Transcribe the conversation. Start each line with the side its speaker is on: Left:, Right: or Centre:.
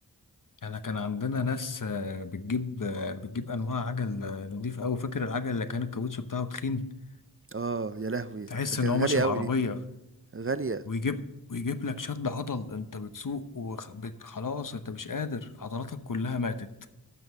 Left: احنا كان عندنا ناس آه، بتجيب آه، بتجيب أنواع عجل آه، نضيف أوي فاكر العجل اللي كان الكاوتش بتاعه تخين
Right: آه، يا لهوي!
Left: تحس
Right: ده كانت
Left: إن هو ماشي
Right: غالية
Left: بعربية
Right: أوي دي، غالية.
Left: ويجيب ويجيب لك شد عضل انت بتسوق وخلاص انت مش قادر عضلاتك كلها ماتت